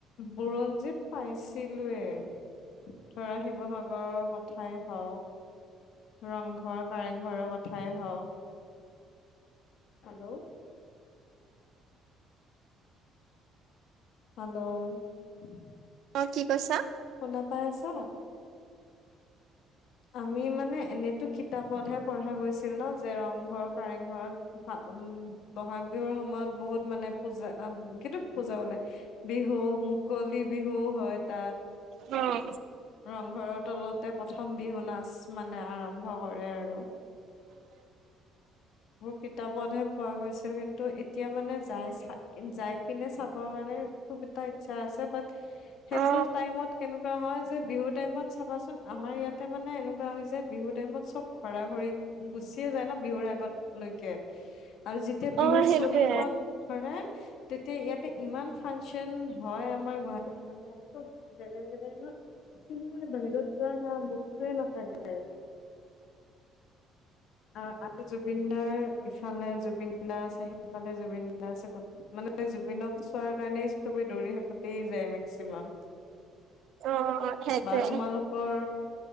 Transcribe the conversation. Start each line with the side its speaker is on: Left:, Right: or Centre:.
Left: বুৰঞ্জীত পাইছিলোৱেই ধৰা শিৱসাগৰৰ কথাই হওঁক ৰংঘৰ কাৰেংঘৰৰ কথাই হওক হেল্ল হেল্ল'
Right: অ কি কৈছা
Left: শুনা পাই আছা আমি মানে এনেতো কিতাপতহে পঢ়া গৈছিল ন যে ৰংঘৰ কাৰেংঘৰত উম বহা বিহুৰ সময়ত বহুত মানে পূজা কিটো পূজা বলে বিহু মুকলি বিহু হয় তাত
Right: উম
Left: ৰংঘৰৰ তলতে প্ৰথম নাচ মানে আৰম্ভ কৰে আৰু পিতাপতহে পোৱা গৈছিল কিন্তু এতিয়া মানে যাই যাই পিনে চাব ু এটা সেই
Right: অ
Left: কেনেকুৱা হয় বিহু টাইমত চাবাচোন আমাৰ ইয়াত তাৰ মানে এনেকুৱা হৈ যে বিহুৰ টাইমত চব ঘৰা ঘৰি গুছিয়ে যায় ন বিহুৰ আগত লকে আৰু যেতিয়া
Right: অ
Left: বিহু
Right: সেইটোৱে
Left: চলিব ধৰে তেতিয়া ইয়াতে ইমান ফাংচন হয় আমাৰ গুৱাহাটীত মানে চব জেগাই জেগাই কোন বাহিৰত যোৱা সে ব ত মখাজ <unintelligible> অ আৰু জুবিন দাৰ ইফালে জুবিন দা আছে সেইফালে জুবিন দা নাই আ চাগো মানে জুবিনক চোৱাৰ কাৰণেই চবে দৌৰি থাকোতেই যায় মেক্সিমাম
Right: অ সেইটোৱে
Left: বা তোমালোকৰ